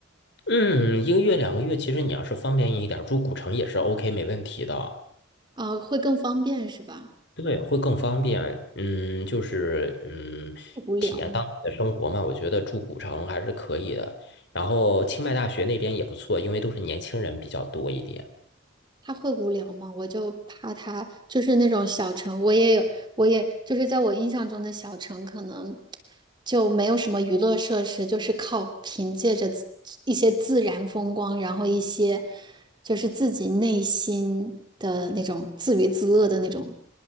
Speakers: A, on the left; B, on the right.
A: 嗯，一个月两个月，其实你要是方便一点儿，住古城也是 OK，没问题的。
B: 啊、会更方便是吧？
A: 对，会更方便。嗯，就是嗯，
B: 会无聊吗？
A: 体验当地的生活嘛，我觉得住古城还是可以的。然后清迈大学那边也不错，因为都是年轻人比较多一点。
B: 他会无聊吗？我就怕他就是那种小城，我也有，我也就是在我印象中的小城，可能就没有什么娱乐设施，就是靠凭借着自一些自然风光，然后一些就是自己内心的那种自娱自乐的那种